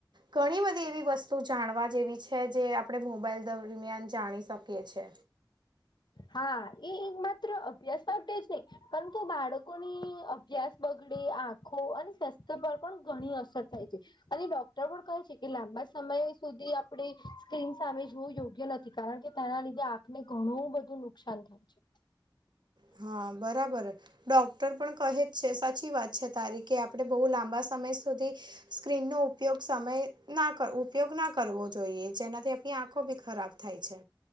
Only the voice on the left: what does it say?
હા એ એક માત્ર અભ્યાસ માટે જ નહીં. પરંતું બાળકોની અભ્યાસ બગડે આંખો અને સ્વાસ્થ્ય પર પણ ઘણી અસર થાય છે. અને ડોક્ટર પણ કહે છે કે લાંબા સમય સુધી આપડે સ્ક્રીન સામે જોવું યોગ્ય નથી કારણ કે તેના લીધે આંખને ઘણું બધું નુકસાન થાય છે.